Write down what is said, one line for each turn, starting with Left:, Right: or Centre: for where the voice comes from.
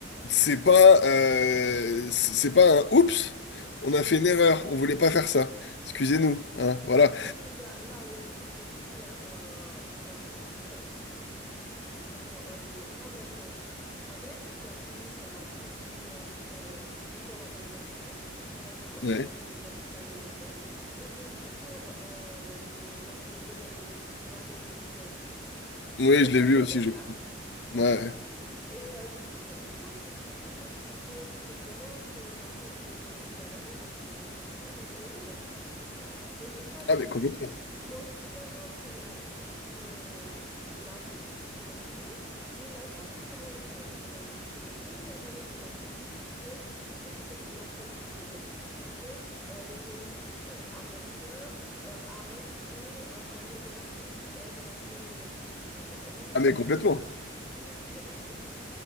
Left: c'est pas euh, c'est c'est pas un oups, on a fait une erreur, on voulait pas faire ça. Excusez-nous, hein, voilà.
Centre: Par exemple, il y a, là aujourd'hui, j'ai vu qu'il y a un, un- un- pardon, un- pas un enfant, un mec qui a fini sa- sa- son diplôme à l'université récemment,
Left: Ouais.
Centre: dans une université américaine, et son discours euh, de, parce qu'il était valédo- valédicto,
Left: Oui,
Centre: pour le
Left: je
Centre: premier
Left: l'ai vu aussi,
Centre: de la
Left: je
Centre: classe,
Left: crois.
Centre: voilà.
Left: Ouais. ouais.
Centre: Et euh, du coup, son discours, c'était en fait qu'il faut qu'il se prononce euh, contre le génocide à Gaza, parce que c'est pas une guerre à Gaza, c'est un génocide à Gaza, tu vois. Donc le choix de
Left: Ah
Centre: mots
Left: mais complètement.
Centre: montre clairement son, son, son avis, son opinion, mais il n'a jamais dit le mot Israël, il n'a jamais dit qu'il le fait, il n'a jamais dit, il a dit juste qu'il faut qu'il se prononce contre le génocide pour que euh, les politiques euh, américains euh, arrêtent d'envoyer de envoyer de l'argent qui aide dans ce génocide. L'idée,
Left: Ah mais complètement.
Centre: c'était ça. Tu sais ce qui s'est passé?